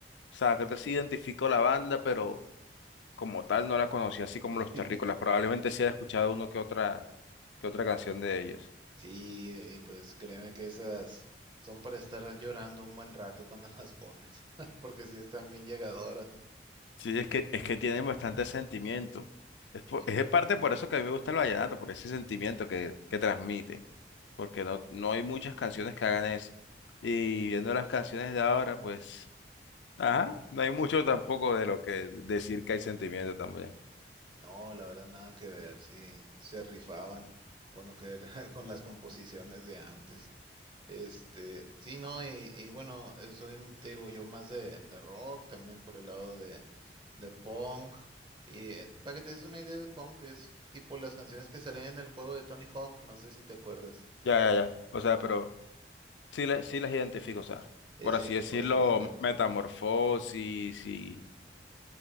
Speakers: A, on the left; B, on the right.
A: O sea, creo que sí identifico la banda, pero como tal no la conocí, así como
B: <laughs>
A: los terrícolas. Probablemente sí haya escuchado uno que otra, que otra canción de ellos.
B: Sí, eh, y pues créeme que esas son para estar llorando un buen rato cuando <laughs> las pones, <laughs> porque sí están bien llegadoras.
A: Sí, es que, es que tienen bastante sentimiento. Es, po-
B: Sí.
A: es en parte por eso que a mí me gusta el vallenato, por ese sentimiento que, que transmite. porque no, no hay muchas canciones que hagan eso. Y viendo las canciones de ahora, pues, ajá, no hay mucho tampoco de lo que decir que hay sentimiento también.
B: No, la verdad nada que ver, sí, se rifaban con lo que era, <laughs> con las composiciones de antes. Este, sí, no, y, y bueno, eh, soy, te digo, yo más de, de rock, también por el lado de, de punk. Y eh, para que te des una idea de punk, es tipo las canciones que salen en el juego de Tony Hawk, no sé si te acuerdas,
A: Ya, ya, ya. O sea, pero sí, le- sí las identifico, o sea,
B: ese
A: por así
B: tipo
A: decirlo,
B: de género.
A: metamorfosis y...